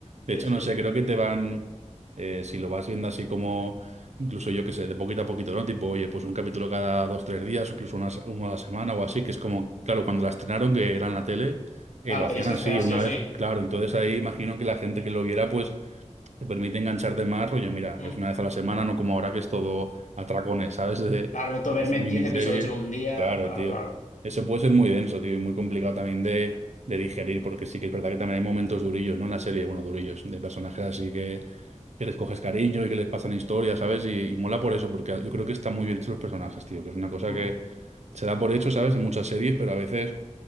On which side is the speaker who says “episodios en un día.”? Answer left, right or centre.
Left